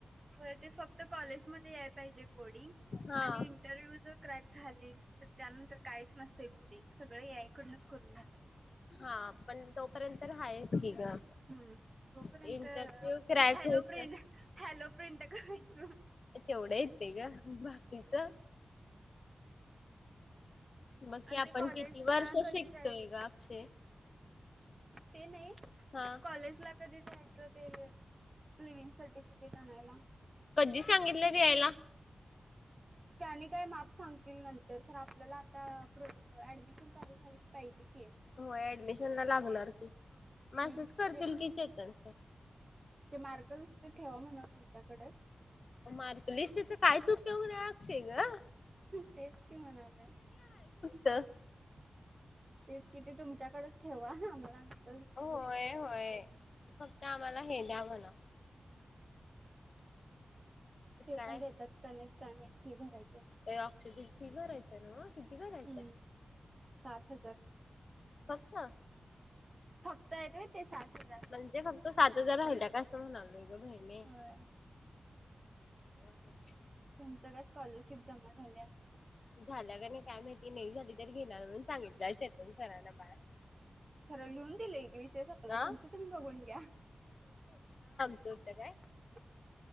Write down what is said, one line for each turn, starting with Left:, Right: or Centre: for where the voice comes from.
Right: व्हय ते फक्त कॉलेजमध्ये या पायजे कोडिंग
Left: हा
Right: आणि इनटरव्हीव जर क्रक झालीस तर त्या नंतर काहीच नसते कोडिंग सगळं ए आय कडूनच करून घेतात
Left: हा पण तोपर्यंत राहायच की ग
Right: हूं तोपर्यंत
Left: इंटरव्ह्यू क्रॅक
Right: हॅलो
Left: होत
Right: प्रिं हॅलो प्रिंट कराय <unintelligible>
Left: तेवढा येतय ग बाकीच बग
Right: आणि
Left: की आपण
Right: ते कॉलेजला
Left: किती वर्ष
Right: कधी
Left: शिकतोय
Right: जायचं
Left: ग अक्षे
Right: ते नाही
Left: हा
Right: कॉलेजला कधी जायचं ते लिविंग सर्टिफिकीट आणायला.
Left: कधी सांगितलं द्यायला.
Right: त्यानी काही माम सांगतील नंतर आपल्याला आता ऍडमिशन चालू झाली की पाहिजे. की
Left: हो ऍडमिशन ला लागणार की मॅसेज
Right: हम्म
Left: करतील
Right: तेच
Left: की चैतन्य सर
Right: ते मार्गलिस्त ठेवा म्हणव तुमच्याकडच
Left: मार्क लिस्टच काहीच उपयोग नाही अक्षे ग
Right: तेच की म्हणालोय.
Left: त
Right: किती तुमच्याकडच ठेवा आम्हाला न
Left: होय होय फक्त आम्हाला हे द्या म्हणाव
Right: ते
Left: काय
Right: पण देतात का नाई काय माहित फी भराय
Left: <unintelligible> फी भरायचंय न्हवं किती भरायचंय
Right: हम्म सात हजार
Left: फक्त
Right: फक्त आहेत होय ते सात हजार
Left: म्हणजे फक्त सात हजार राहिल्या काय असं म्हणालोय अग बहिने
Right: होय
Left: <unintelligible>
Right: तुमचं काय स्कॉलरशिप जमा झाल्या
Left: झाल्या का नाही काय माहिती नाई झाली तर घेणार म्हणून सांगितलंय चेतन सरांना बाहेर
Right: खर लिहून दिलंय की विषय सपला
Left: अ
Right: तुमचं तुम्ही बघून घ्या
Left: झोपत्या काय?
Right: <unintelligible>